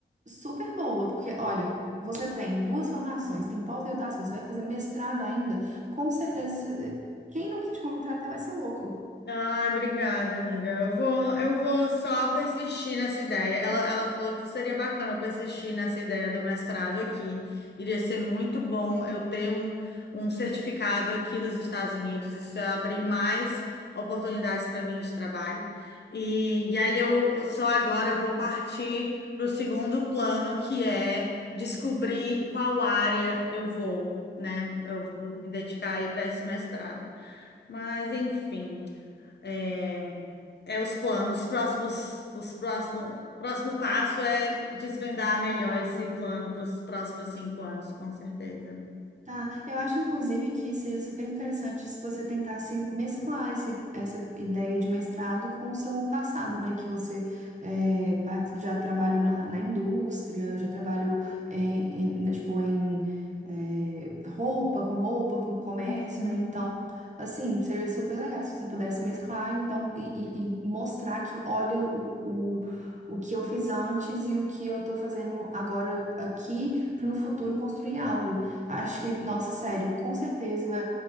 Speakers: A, on the right; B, on the left.
A: super boa, porque olha. Você tem duas formações, tem pós-graduação, você vai fazer mestrado ainda, com certeza, você- quem não te contratar vai ser louco.
B: Ai, obrigada, amiga. Eu vou, eu vou só persistir nessa ideia. Ela, ela falou que seria bacana eu persistir nessa ideia do mestrado aqui. Iria ser muito bom eu ter um, um certificado aqui dos Estados Unidos. Isso ia abrir mais oportunidades para mim de trabalho. E, e aí eu, eu só agora vou partir para o segundo plano, que é descobrir qual área eu vou, né? Eu vou me dedicar aí para esse mestrado. Mas, enfim. é, é os planos, os próximos, os próximo, próximo passo é desvendar melhor esse plano para os próximos cinco anos, com certeza.
A: Tá, eu acho inclusive que seria super interessante se você tentasse mesclar esse, essa ideia de mestrado com o seu passado, né? Que você é, pa- já trabalhou na, na indústria, já trabalhou em, em- né, tipo, em é, roupa, com roupa, com comércio,
B: Uhum.
A: né? Então, assim, seria super legal se você pudesse mesclar, então, e, e- e mostrar que, olha, o, o, o que eu fiz antes e o que eu tô fazendo agora aqui, para no futuro construir algo. Acho que, nossa, sério, com certeza vai